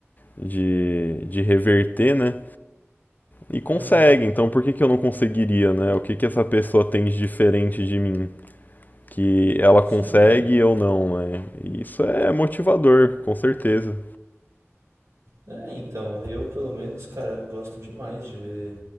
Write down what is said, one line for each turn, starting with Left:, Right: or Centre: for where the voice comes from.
Left: de, de reverter, né? E consegue,
Right: Aham.
Left: então por que que eu não conseguiria, né? O que que essa pessoa tem de diferente de mim? que ela consegue
Right: Sim, cara.
Left: e eu não, né? E isso é motivador, com certeza.
Right: É, então, eu pelo menos, cara, eu gosto demais de ver